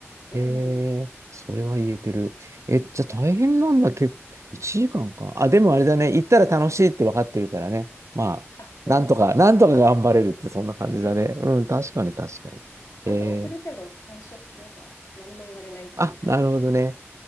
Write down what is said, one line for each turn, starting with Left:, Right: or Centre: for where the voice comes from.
Left: うん。
Right: え
Left: うん
Right: えそれは言えてる。え、じゃあ大変なんだけど、
Left: ま、
Right: 1時間かんか。あ、でもあれだね。行ったら楽しいって分かってるからね。まあ、
Left: あ、そうです、
Right: なんとか、
Left: そうです。
Right: なんとか頑張れるってそんな感じだね。
Left: はい
Right: うん、確かに確かに。
Left: あと、
Right: ええ
Left: 遅れても多少、なんか、何も言われないっていうか。
Right: あ、なるほどね。